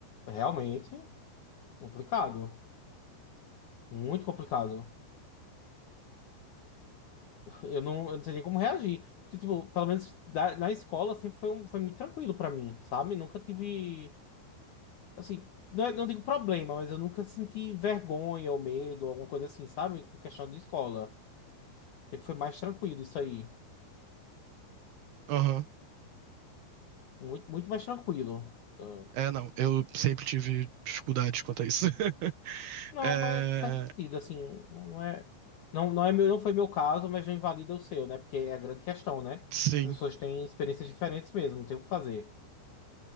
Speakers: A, on the left; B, on the right.
A: realmente complicado. Muito complicado. <laughs> Eu não, eu não sei nem como reagir. Que, tipo, pelo menos da- na escola sempre foi, um, foi muito tranquilo pra mim, sabe? Nunca tive. Assim, não, é- não digo problema, mas eu nunca senti vergonha ou medo, alguma coisa assim, sabe? Com questão de escola. Sempre foi mais tranquilo isso aí.
B: Aham.
A: Muito, muito mais tranquilo. Ah,
B: É, não. Eu sempre tive dificuldades quanto a isso. <laughs>
A: Não,
B: É,
A: mas faz sentido, assim, não é. Não, não é meu, não foi meu caso, mas não invalida o seu, né? Porque é a grande questão, né?
B: sim.
A: As pessoas têm experiências diferentes mesmo, não tem o que fazer.